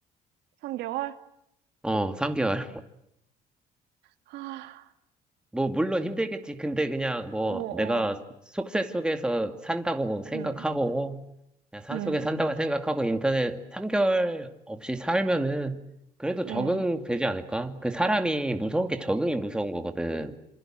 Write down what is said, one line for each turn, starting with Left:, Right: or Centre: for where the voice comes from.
Right: 3개월?
Centre: 어, 3개월.
Right: 아,
Centre: <laughs> 뭐, 물론 힘들겠지. 근데 그냥 뭐,
Right: 어, 어,
Centre: 내가 속세 속에서 산다고 생각하고,
Right: 응,
Centre: 그냥 산속에
Right: 응,
Centre: 산다고 생각하고, 인터넷 3개월 없이 살면은, 그래도 적응되지
Right: 응.
Centre: 않을까? 그 사람이 무서운 게 적응이 무서운 거거든.